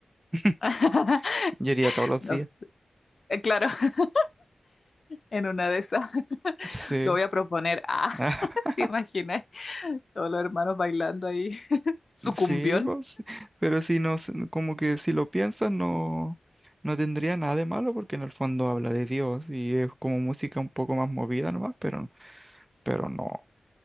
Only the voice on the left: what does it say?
<laughs>
No
sé, eh, claro, <laughs> en una de esas.
Lo voy a proponer. Ah,
<laughs> ¿te imaginas? Todos los hermanos bailando ahí. <laughs> Sucumbión.